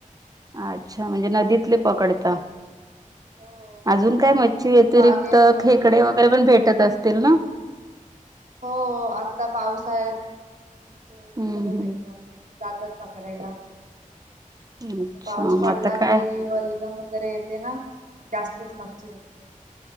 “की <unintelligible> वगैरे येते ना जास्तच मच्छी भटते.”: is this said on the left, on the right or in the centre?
Right